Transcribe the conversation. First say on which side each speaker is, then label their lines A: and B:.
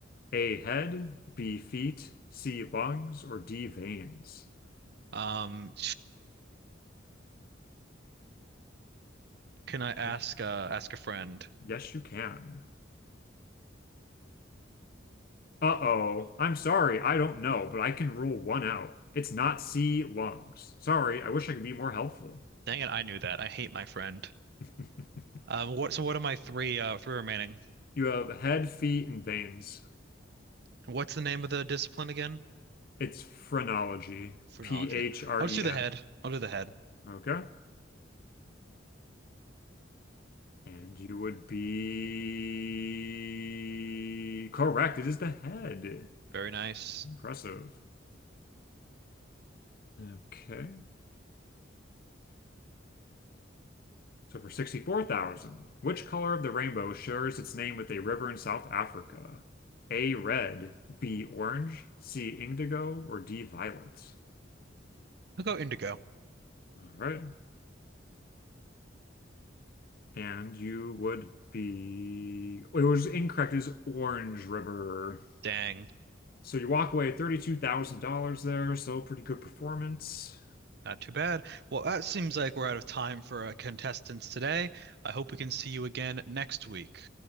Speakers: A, on the left (about 50°); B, on the right (about 55°).
A: A, head, B, feet, C, lungs, or D, veins?
B: Um, <sighs> can I ask
A: He-
B: uh ask a friend?
A: yes, you can. Uh-oh, I'm sorry, I don't know, but I can rule one out. It's not C, lungs. Sorry, I wish I could be more helpful.
B: Dang it, I knew that. I hate my friend.
A: <laughs>
B: Um, what so what are my three uh three remaining?
A: You have head, feet, and veins.
B: What's the name of the discipline again?
A: It's phrenology.
B: Phrenology.
A: P-H-R-E-N.
B: I'll just do the head. I'll do the head.
A: Okay. And you would be correct. It is the head.
B: Very nice.
A: Impressive. Okay. So for 64,000, which color of the rainbow shares its name with a river in South Africa? A red, B orange, C indigo, or D violet?
B: I'll go indigo.
A: All right. And you would be. It was incorrect. It is Orange River.
B: Dang,
A: So you walk away $32,000 there. So pretty good performance.
B: not too bad. Well, that seems like we're out of time for uh, contestants today. I hope we can see you again next week.